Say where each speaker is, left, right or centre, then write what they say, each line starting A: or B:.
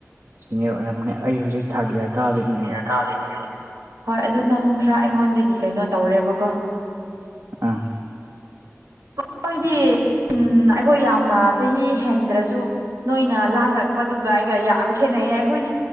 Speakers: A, on the right; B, on the right.
A: ꯁꯤꯅꯤꯌꯔ ꯑꯣꯏꯔꯝꯃꯅꯦ ꯑꯩ ꯍꯧꯖꯤꯛ ꯊꯥꯔꯠ ꯏꯌꯥ꯭ꯔ ꯀꯥꯗꯣꯏꯅꯦꯕ
B: <unintelligible> ꯍꯣꯏ ꯑꯗꯨ ꯅꯪ ꯈ꯭ꯔꯥ ꯑꯩꯉꯣꯟꯗꯒꯤ ꯀꯩꯅꯣ ꯇꯧꯔꯦꯕꯀꯣ
A: ꯥ <inaudible>
B: ꯑꯩꯈꯣꯏꯗꯤ ꯑꯩꯈꯣꯏ ꯌꯥꯝꯅ ꯆꯍꯤ ꯍꯦꯟꯗ꯭ꯔꯥꯁꯨ ꯅꯣꯏꯅ ꯂꯥꯡꯔꯛꯄꯗꯨꯒ ꯑꯩꯒ ꯌꯥꯝ ꯈꯦꯠꯅꯩꯌꯦ ꯑꯩꯈꯣꯏꯗꯤ